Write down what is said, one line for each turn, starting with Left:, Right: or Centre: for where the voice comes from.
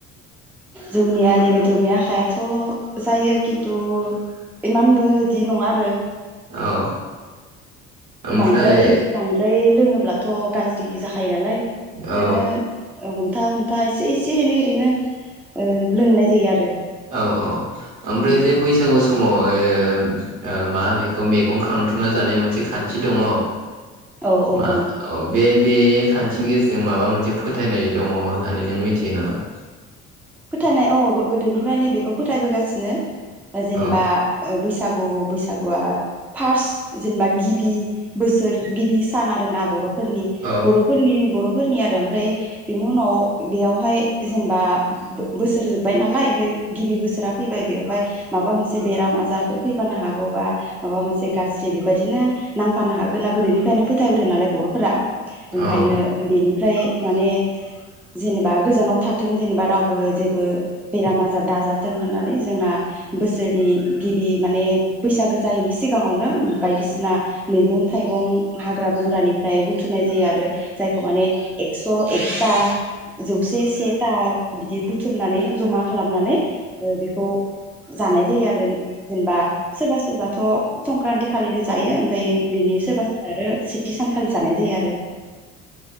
Centre: जौनि आलि बेदरनि आखायाथ' जायो खिन्थु इमानबो इदि नङा आरो
Right: औ ओमफ्राय
Centre: बांद्राय बांद्राय लोग बुङोब्लाथ' गाज्रि जाखायो नालाय
Right: औ
Centre: इनानो हमथा हमथा एसे एसे एनै ओरैनो ओ लोंनाय जायो आरो
Right: औ औ ओमफ्राय
Centre: उम
Right: जे बैसागु समावहाय ओ मा होनो बेखौ मैगं खांथुमना जानाय मोनसे खान्थि दङ
Centre: औ औ
Right: मा
Centre: दं
Right: अ बे बे खान्थिनि गेजेरजों माबा मोनसे फोथायनाय दङ होननानै नों मिथियो नामा
Centre: फोथायनाय औ गोदोनिफ्रायनो बेखौ फोथायबोगासिनो जेनेबा
Right: औ
Centre: बैसागु औ बैसागुआ फार्स्ट जेनेबा गिबि बोसोर गिबि सान आरोना बर'फौरनि नि
Right: औ
Centre: बर'फोरनि बर' फोरनि आरो ओमफ्राय बेनि उनाव बेयावहाय जेनेबा बोसोर जोब्बाय नालाय ओमफ्राय गिबि बोसोरा फैबाय बेवहाय माबा मोनसे बेराम आजारफोर फैफानो हागौ बा माबा मोनसे गाज्रि बेबायदिनो नांफानो हागोन ना गोदोनिफ्रायनो फोथायबोदों नालाय बर' फोरा ओंखायनो
Right: औ-औ-औ-औ-औ-औ-औ-औ-औ
Centre: बेनि ओमफ्राय माने जेनेबा गोजानाव थाथों जेनेबा राव बो जेबो बेराम आजार दाजाथों होननानै जोंना बोसोरनि गिबि माने बैसागो जायैनि सिगाङावनो बायदिसिना मैगं था थाइगं हाग्रा बंग्रानिफ्राय बुथुमनाय जायो आरो। जायखौ माने एक्स' एा <unintelligible> जौसे सेथा बिदि बुथुमनानै जमा खालामनानै ओं बेखौ जानाय जायो आरो। जेन-जेनेबा सोरबा-सोरबा थ' संक्रान्ति खालिनो जायो ओमफ्राय बिनि सोरबा सोरबा आरो सानखालि जानाय जायो आरो।